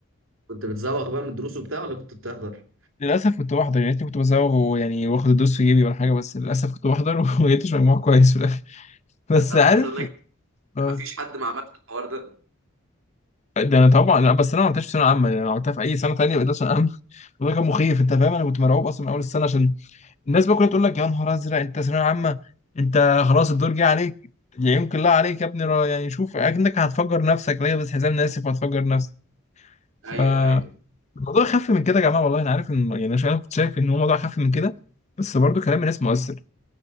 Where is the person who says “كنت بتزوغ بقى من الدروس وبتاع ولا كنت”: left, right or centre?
Right